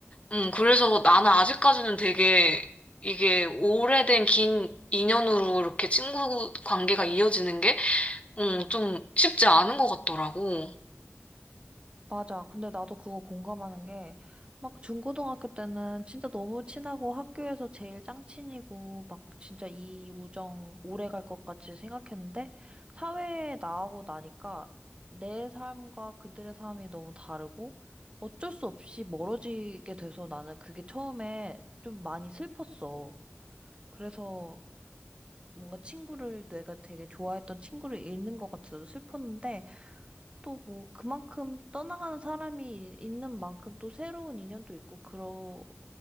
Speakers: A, on the left; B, on the right.
A: 음, 그래서 나는 아직까지는 되게 이게 오래된 긴 인연으로 이렇게 친구 관계가 이어지는 게, 음, 좀 쉽지 않은 것 같더라고.
B: 맞아. 근데 나도 그거 공감하는 게, 막 중고등학교 때는 진짜 너무 친하고 학교에서 제일 짱친이고, 막 진짜 이 우정 오래 갈 것 같이 생각했는데, 사회에 나가고 나니까 내 삶과 그들의 삶이 너무 다르고, 어쩔 수 없이 멀어지게 돼서 나는 그게 처음에 좀 많이 슬펐어. 그래서 뭔가 친구를 내가 되게 좋아했던 친구를 잃는 것 같아서 슬펐는데, 또 뭐 그만큼 떠나가는 사람이 있는 만큼 또 새로운 인연도 있고 그러